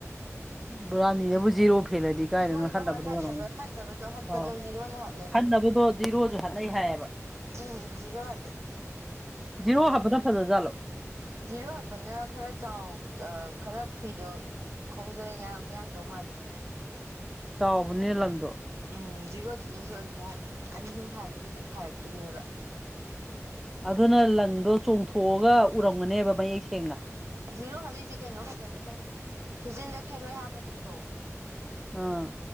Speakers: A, in the centre; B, on the right.
A: ꯕꯔꯥꯅꯤꯗꯕꯨꯖꯤꯔꯣ ꯐꯤꯜꯂꯗꯤ ꯀꯥꯏꯗꯅꯣ
B: ꯁꯣꯏꯕ
A: ꯍꯟꯅꯕꯗꯣ
B: ꯍꯣꯏ ꯍꯠꯅꯕ
A: ꯑꯣꯏꯔꯝꯅꯤ
B: ꯍꯠꯅꯕꯗꯣ ꯍꯠꯄꯗꯣ
A: ꯑꯥꯎ
B: ꯖꯤꯔꯣꯅ ꯍꯠꯂꯦꯕ
A: ꯍꯟꯅꯕꯗꯣ ꯖꯤꯔꯣꯁꯨ ꯍꯠꯟꯅꯩ ꯍꯥꯏꯌꯦꯕ
B: ꯎꯝ ꯖꯤꯔꯣꯍ ꯂꯩ
A: ꯖꯤꯔꯣ ꯍꯥꯞꯕꯗ ꯐꯖ ꯆꯂꯣ
B: ꯖꯤꯔꯣ ꯍꯥꯠꯄꯅ ꯈꯔ ꯆꯥꯎ ꯈꯔ ꯐꯤꯗꯣ ꯈꯣꯡꯖꯩ ꯉ ꯌꯥꯡꯗꯧ ꯃꯥꯜꯂꯦ
A: ꯆꯥꯎꯕꯅꯦ ꯂꯪꯗꯣ
B: ꯎꯝ ꯖꯤꯔꯣꯗꯨꯗꯁꯨ ꯑꯗꯨꯝꯨꯛ ꯑꯅꯤ ꯑꯍꯨꯝ ꯐ ꯍꯥꯏꯕꯗꯣ ꯑꯗꯨꯝ ꯐꯔꯛꯇꯣꯏꯅꯦꯕ
A: ꯑꯗꯨꯅ ꯂꯪꯗꯣ ꯆꯣꯡꯊꯣꯛꯑꯒ ꯎꯔꯝꯒꯅꯦꯕ ꯃꯌꯦꯛ ꯁꯦꯡꯅ
B: ꯖꯤꯔꯣ ꯍꯜꯂꯤꯁꯦ ꯀꯩꯅꯣ ꯈꯛꯇꯅꯤꯍꯦ ꯐꯤꯖꯤꯟꯗ ꯈꯩꯔꯣꯏ ꯍꯥꯞꯄꯗ
A: ꯑꯥ